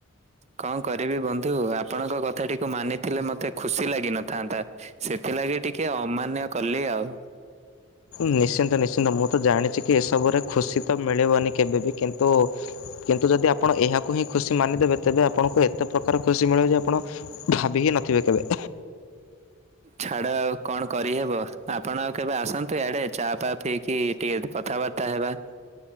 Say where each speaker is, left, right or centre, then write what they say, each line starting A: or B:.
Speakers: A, on the right; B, on the left.
A: କଣ କରିବି ବନ୍ଧୁ ଆପଣଙ୍କ କଥାଟିକୁ ମାନିଥିଲେ ମତେ ଖୁସି ଲାଗିିନଥାନ୍ତା। ସେଥିଲାଗି ଟିକେ ଅମାନ୍ୟ କଲି ଆଉ।
B: ନିଶ୍ଚିନ୍ତ-ନିଶ୍ଚିନ୍ତ ମୁଁ ତ ଜାଣିଛି କି ଏସବୁରେ ଖୁସି ତ ମିଳିବନି କେବେବି କିନ୍ତୁ କିନ୍ତୁ ଯଦି ଆପଣ ଏହାକୁ ହିଁ ଖୁସି ମାନିଦେବେ ତେବେ ଆପଣଙ୍କୁ ଏତେ ପ୍ରକାର ଖୁସି ମିଳିବ ଯେ ଆପଣ ଭାବି ହିଁ ନଥିବେ କେବେ।
A: ଛାଡ ଆଉ କଣ କରିହେବ ଆପଣ ଆଉ କେବେ ଆସନ୍ତୁ ଆଡେ ଚା ଫ ପିଇକି ଟିକେ କଥାବାର୍ତ୍ତା ତା ହେବା।